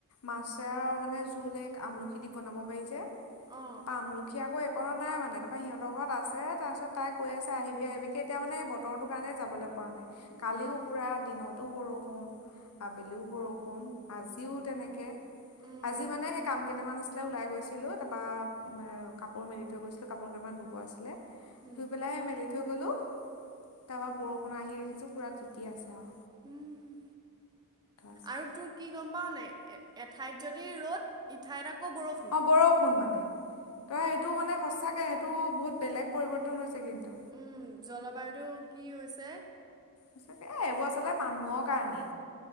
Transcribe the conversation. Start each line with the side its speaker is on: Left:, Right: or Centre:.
Left: মাছে মানে জোল এক, আমলখি দি বনাব পাৰি যে
Right: অঁ
Left: তাৰ পৰা আামৰখি আকৌ একো অকণো নাই মানে, তাৰপৰা সিহঁতৰ ঘৰত আছে, তাৰপিছত তাই কৈ আছে আহিবি আহিবি'কে এতিয়া মানে, বতৰটো কাৰণে যাবলৈ পৰা নাই। কালিও
Right: অঁ
Left: দিনতো বৰষুণ, আবেলিও বৰষুণ। আজিও তেনেকে,
Right: উম
Left: আজি মানে সে কাম কেইটামান আছিলে ওলাই গৈছিলোঁ, তাৰপৰা কাপোৰ মেলি থৈ গৈছিলোঁ, কাপোৰ কেইটামান ধুব আছিলে
Right: উম
Left: তুই পেলাই হে মেলি থৈ গ'লো, তাৰপৰা বৰষুণ আহি দেখিছো পুৰা কি আছে আও।
Right: উম,
Left: আছে।
Right: আৰু তোৰ কি গম পাও নাই, এঠাইত যদি ৰ'দ ইঠাইত আকৌ বৰষুণ।
Left: অঁ বৰষুণ মানে। তই সেইটো মানে সচাকে, সেইটো বহুত বেলেগ পৰিৱৰ্তন হৈছে কিন্তু
Right: উম জলবায়ুটো কি হৈছে
Left: ে <unintelligible> এ, এইবোৰ আচলতে মানুহৰ কাৰণেই।